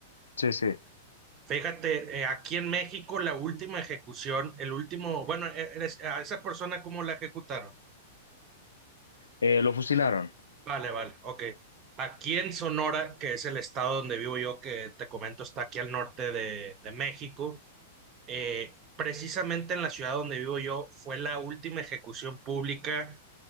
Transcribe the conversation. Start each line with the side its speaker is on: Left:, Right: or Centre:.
Left: Sí, sí.
Right: Fíjate, eh, aquí en México la última ejecución, el último, bueno, e- eres- a esa persona ¿cómo la ejecutaron?
Left: Eh, lo fusilaron.
Right: Vale, vale, ok. Aquí en Sonora, que es el estado donde vivo yo, que te comento está aquí al norte de de México. Eh, precisamente en la ciudad donde vivo yo fue la última ejecución pública